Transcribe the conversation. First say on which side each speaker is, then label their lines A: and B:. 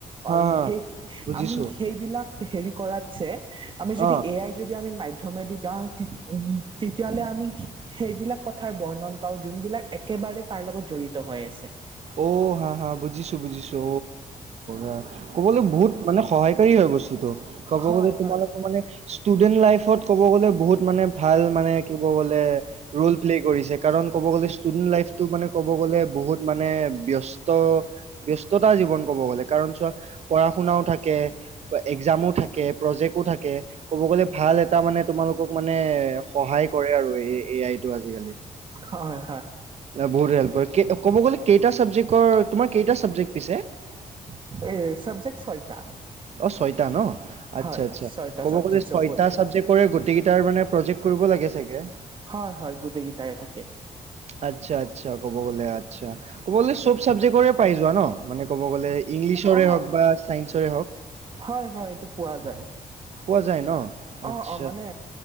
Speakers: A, on the right (about 55°); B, on the right (about 35°).
A: হা
B: আৰু
A: হা
B: সেই
A: বুজিছো।
B: আমি সেইবিলাক হেৰি কৰাতছে আমি যদি
A: অ
B: এআইৰ যদি আমি মাধ্যমেদি যাওঁ, তেতিয়া তেতিয়াহ'লে আমি সেইবিলাক কথাৰ বৰ্ণন পাওঁ, যোনবিলাক একেবাৰে তাৰ লগত জড়িত হৈ আছে।
A: অ' হা হা, বুজিছো বুজিছো। অ'। ক'বলে বহুত মানে সহায়কাৰী হয় বস্তুটো, ক'ব
B: হয়
A: গ'লে তোমালোকৰ
B: হয়
A: মানে ষ্টুডেন্ট লাইফত ক'ব গ'লে বহুত মানে ভাল মানে, কি ক'বলে ৰ'ল প্লে কৰিছে কাৰণ ক'ব গ'লে ষ্টুডেণ্ট লাইফটো মানে ক'ব গ'লে বহুত মানে ব্যস্ত ব্যস্ততা জীৱন ক'ব গ'লে। কাৰণ চোৱা পঢ়া-শুনাও থাকে, একজামো থাকে, প্ৰজেকো থাকে, ক'ব লে ভাল এটা মানে, তোমালোকক মানে মানে সহায় কৰে আৰু। এআইটো আজিকালি
B: হয় হয়
A: বহুত হেল্প কৰে। ক'ব গলে কেইটা চাবজেক্টৰ? তোমাৰ কেইটা চাবজেক্ট পিছে? <inaudible>
B: এ চাবজেক্ট ছয়টা।
A: অ ছয়টা ন আচ্ছা
B: হয়
A: আচ্ছা
B: ছয়টা
A: ক'ব
B: চাবজেক্ট
A: গ'লে
B: চবত
A: ছয়টা চাবজেক্টৰে তাৰ মানে প্ৰজেক্ট কৰিব লাগে চাগে।
B: হয় হয় গোটেইকেইটাৰে থাকে
A: আচ্ছা আচ্ছা ক'ব গ'লে আচ্ছা ক'ব গ'লে চব চাবজেক্টৰে পাই যোৱা ন মানে ক'ব গ'লে ইংলিছৰে
B: অ
A: হওক বা ছাইন্সৰে হওক
B: হয় হয় এইটো পোৱা যায়
A: পোৱা যায় ন আচ্ছা
B: অ অ মানে